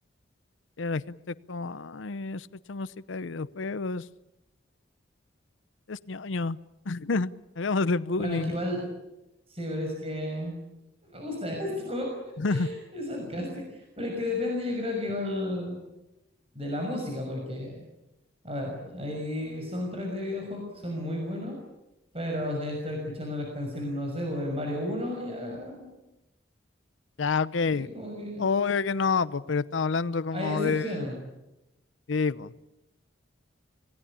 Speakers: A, on the left (about 80°); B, on the right (about 30°).
A: ya la gente es como, ay, escucha música de videojuegos, es ñoño. <laughs> Hagámosle bullying.
B: Bueno, aquí igual, sí, pero es que me gusta esto. <laughs>
A: <laughs>
B: Es sarcástico. Pero es que depende, yo creo que igual de la música, porque, a ver, hay soundtracks de videojuegos que son muy buenos, pero si estar escuchando las canciones, no sé, pues, del Mario uno ya,
A: Ya, ok.
B: ahí como que
A: Obvio que no, po, pero estamos hablando como
B: hay excepciones,
A: de... Sí, po.